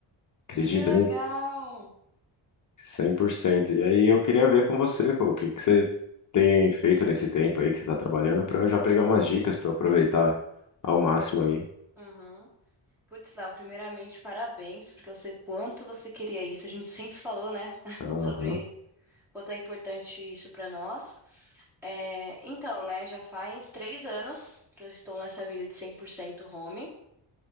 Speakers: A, on the left (about 40°); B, in the centre.
A: Acredita?
B: que legal.
A: cem por cento E aí eu queria ver com você, pô, o que que você tem feito nesse tempo aí que você tá trabalhando pra eu já pegar umas dicas pra eu aproveitar ao máximo aí.
B: Uhum. Putz, Léo, primeiramente, parabéns, porque eu sei quanto você queria isso. A gente sempre falou, né, <laughs>
A: Aham,
B: sobre quanto é importante isso pra nós. É, então, né, já faz três anos que eu estou nessa vida de 100% home